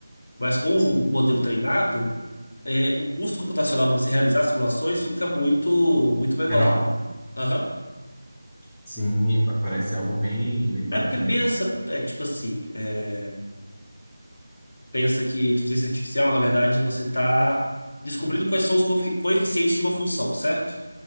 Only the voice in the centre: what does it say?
sim.
Menor?
Sim, pa- parece algo bem, bem bacana.